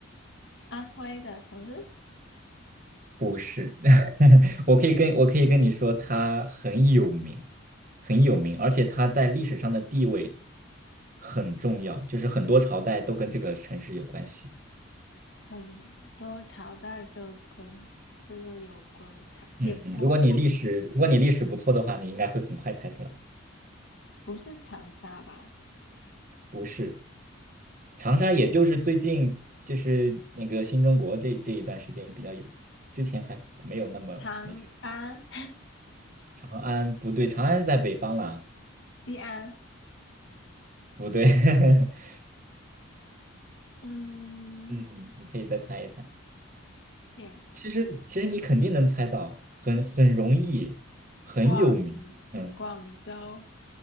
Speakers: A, on the left (about 60°); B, on the right (about 40°).
A: 安徽的城市
B: 不是。我可以跟我可以跟你说，他很有名，很有名，而且他在历史上的地位很重要，就是很多朝代都跟这个城市有关系。
A: 很多朝代都跟这个有关。长也不不
B: 嗯，如果你历史，如果你历史不错的话，你应该会很快猜出来。
A: 不是长沙吧？
B: 是长沙，也就是最近就是那个新中国这这一段时间比较有名，之前还没有那么那什么。
A: 长安，
B: 长安不对，长安是在北方啦，
A: <laughs> 西安。
B: 不对。<laughs>
A: 嗯，
B: 嗯，你可以再猜一猜。
A: 也
B: 其实其实你肯定能猜到，很很容易，很有名。
A: 广广州，
B: 嗯，